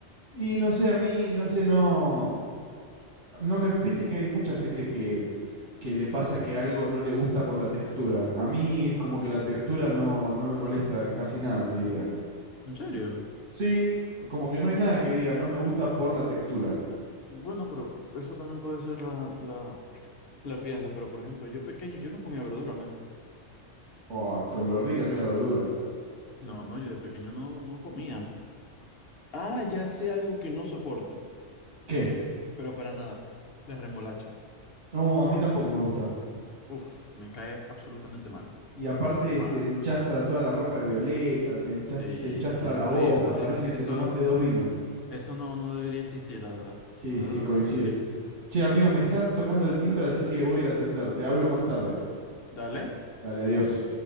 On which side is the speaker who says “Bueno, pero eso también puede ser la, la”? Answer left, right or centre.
Left